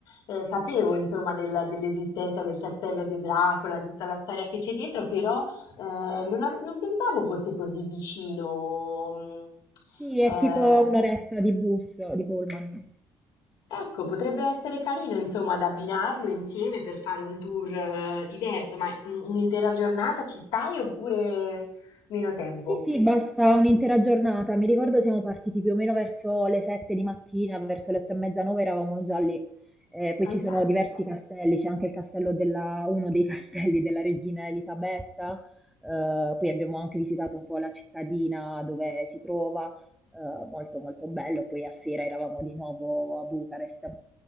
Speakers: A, on the left; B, in the centre.
A: Eh, sapevo, insomma, del- dell'esistenza del castello di Dracula, di tutta la storia che c'è dietro, però eh, non, ave- non pensavo fosse così vicino.
B: Sì, è
A: mm, eh,
B: tipo un'oretta di bus, di pullman.
A: Ecco, potrebbe essere carino insomma da abbinarlo insieme per fare un tour, ehm, diverso, ma un un'intera giornata ci stai oppure meno tempo?
B: Sì, sì, basta un'intera giornata. Mi ricordo siamo partiti più o meno verso le 7 di mattina, verso le 8 e mezza, 9 eravamo già lì. Eh, poi
A: Fantastico.
B: ci sono diversi castelli, c'è anche il castello della, uno dei <laughs> castelli della regina Elisabetta. Eh, poi abbiamo anche visitato un po' la cittadina dove si trova, eh, molto molto bello. Poi a sera eravamo di nuovo a Bucarest.